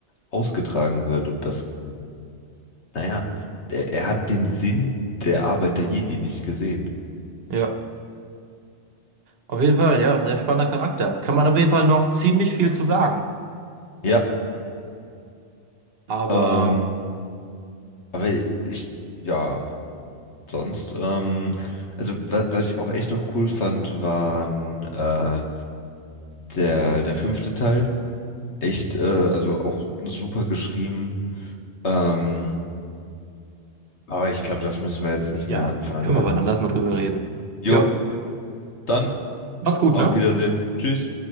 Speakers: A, on the left; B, on the right.
A: ausgetragen wird und dass naja, er, er hat den Sinn der Arbeit der Jedi nicht gesehen.
B: Ja, auf jeden Fall, ja, sehr spannender Charakter. Kann man auf jeden Fall noch ziemlich viel zu sagen.
A: Ja,
B: Aber
A: ähm, aber ich, ja, sonst, ähm, also wa was ich auch echt noch cool fand, waren äh, der, der fünfte Teil. Echt, äh, also auch super geschrieben. Ähm, aber ich glaube, das müssen wir jetzt nicht
B: ja,
A: mehr anfangen,
B: können
A: ne?
B: wir wann anders mal drüber reden.
A: Jo,
B: Ja,
A: dann
B: mach's gut,
A: auf
B: ne?
A: Wiedersehen. Tschüss.